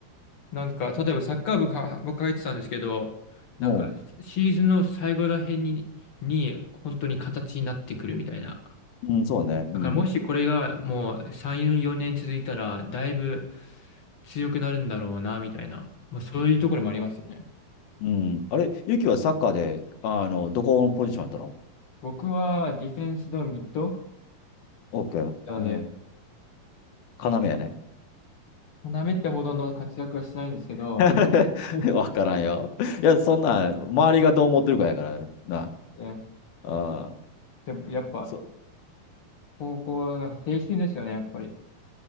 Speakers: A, on the left; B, on the left.
A: なんか、例えばサッカー部か、僕入ってたんですけど、なんか、
B: おう。
A: シーズンの最後らへんに、に、本当に形になってくるみたいな。
B: うん、そうね。うん。
A: だからもしこれがもう3、4年続いたら、だいぶ強くなるんだろうな、みたいな。まあそういうところもありますよね。
B: うん。あれ、ゆきはサッカーで、あの、どこのポジションやったの
A: 僕はディフェンスとミッド
B: オッケー。
A: なので、
B: うん。要やね。
A: いや、なめってほどの活躍はしてないんですけど、
B: <laughs>
A: <laughs>
B: わからんよ。いや、そんなん、周りがどう思ってるかやからな。
A: そうですね。
B: ああ、
A: でもやっぱ、
B: そ、
A: 高校、なんか青春ですよね、やっぱり。